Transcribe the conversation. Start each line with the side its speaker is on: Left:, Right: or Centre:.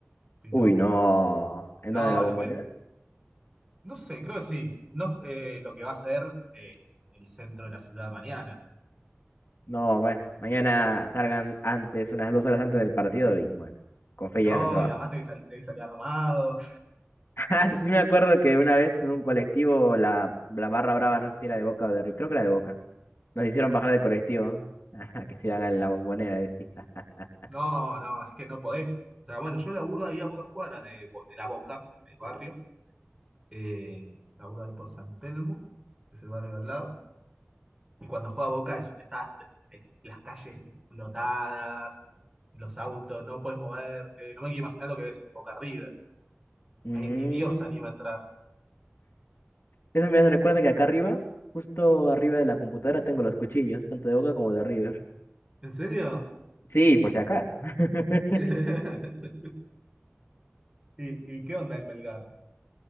Right: Pero,
Left: Uy, no. ¿En
Right: no,
Left: dónde? ¿En la bombonera?
Right: lo que, no sé, creo que sí. No, sé, eh, lo que va a ser eh, el centro de la ciudad mañana.
Left: No, bueno. Mañana salgan antes, unas dos horas antes del partido y bueno, con fe
Right: No,
Left: llegas al trabajo.
Right: y además
Left: <laughs>
Right: tenés que, sal- tenés que salir armado.
Left: Ah, sí me acuerdo que una vez en un colectivo, la, la barra brava, no sé si era de Boca o de River, creo que era de Boca, nos hicieron bajar
Right: Eh,
Left: del colectivo. <laughs> Ajá, que se iban a la bombonera, decía. <laughs>
Right: No, no, es que no podés. O sea, bueno, yo laburo ahí a pocas cuadras de, Bo- de la Boca, del barrio. Eh, laburo ahí por San Telmo, que es el barrio de al lado. Y cuando juega Boca es un desastre. Es- las calles explotadas, los autos, no puedes moverte. No me quiero imaginar lo que ves en Boca River.
Left: Mm.
Right: Ahí ni Dios se anima a entrar.
Left: Eso me recuerda que acá arriba, justo arriba de la computadora, tengo los cuchillos, tanto de Boca como de River.
Right: ¿En serio?
Left: Sí, por si acaso. <laughs>
Right: <laughs> ¿Y, y qué onda el Melgar?